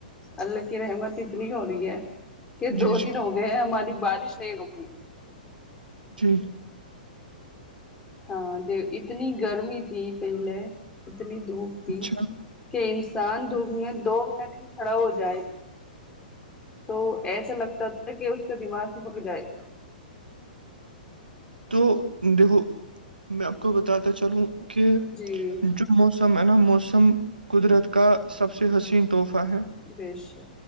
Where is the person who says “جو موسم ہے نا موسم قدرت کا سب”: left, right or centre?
Right